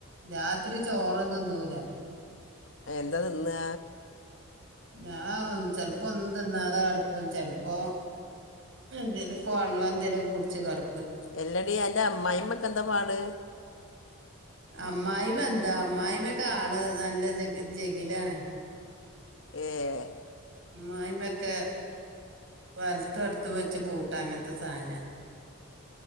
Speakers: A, on the right; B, on the left.
A: രാത്രി ചോറന്നും തിന്നൂല.
B: എന്താ തിന്നാ?
A: ഞാ ചെലപ്പോ ഒന്നും തിന്നാതെ കെടക്കും. ചെൽപ്പോ എന്തേലൊക്ക വള്ളം എന്തേലൊക്ക കുടിച്ച് കട്
B: എല്ല ടീ അൻ്റെ അമ്മായിമ്മക്കെ ന്താ പാട്?
A: അമ്മായിമ എന്താ അമ്മായിമ്മക്കെ ആള് നല്ല ജഗി ജഗിലാണ്.
B: ഏഹ്
A: മായ്മൊക്കെ വലത്തൂ അടുത്ത് വെച്ച് ബൂട്ടങ്ങനത്തെ സാനാ